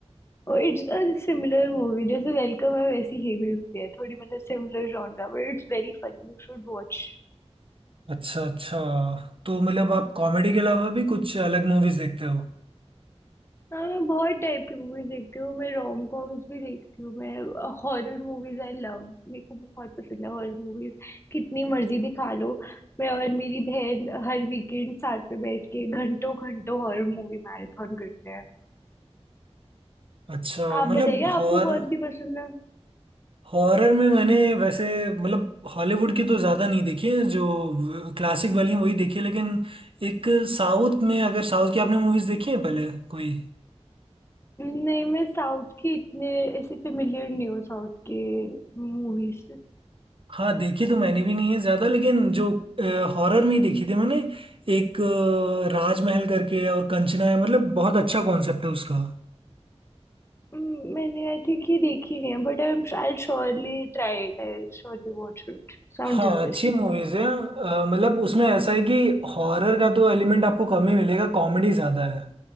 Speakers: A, on the left (about 25°); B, on the right (about 55°).
A: और इट्स अ सिमिलर मूवी जैसे वेलकम है वैसी ही मूवी है थोड़ी मतलब similar genre but it's very funny you should watch
B: अच्छा अच्छा तो मतलब आप कॉमेडी के अलावा भी कुछ अलग मूवीज देखते हो
A: हाँ मैं बहुत टाइप की मूवीज देखती हूँ मैं रोम कॉम्स भी देखती हूँ मैं हॉरर मूवीज आई लव मेरे को बहुत पसंद है हॉरर मूवीज कितनी मर्जी दिखा लो मैं और मेरी बहन हर वीकेंड साथ में बैठ के घंटों घंटों हॉरर मूवी मैराथन करते हैं
B: अच्छा
A: आप
B: मतलब
A: बताइए आपको
B: हॉर
A: कौन सी पसंद है
B: हॉरर में मैंने वैसे मतलब हॉलीवुड की तो ज़्यादा नहीं देखी है जो क्लासिक वाली हैं वही देखी है लेकिन एक साउथ में अगर साउथ की आपने मूवीज देखी है पहले कोई
A: नहीं मैं साउथ की इतने ऐसे फेमिलियर नहीं हूँ साउथ के मूवीज से
B: हाँ देखी तो मैंने भी नहीं है ज़्यादा लेकिन जो हॉरर में ही देखी थी मैंने एक अ, राजमहल करके और कंचना है मतलब बहुत अच्छा कॉन्सेप्ट है उसका
A: हम्म, मैंने आई थिंक ये देखी नहीं है but आई एम I surely try it I surely watch it Sound
B: हाँ
A: interesting
B: अच्छी मूवीज है अ, मतलब उसमें ऐसा है कि हॉरर का तो एलिमेंट आपको कम ही मिलेगा कॉमेडी ज्यादा है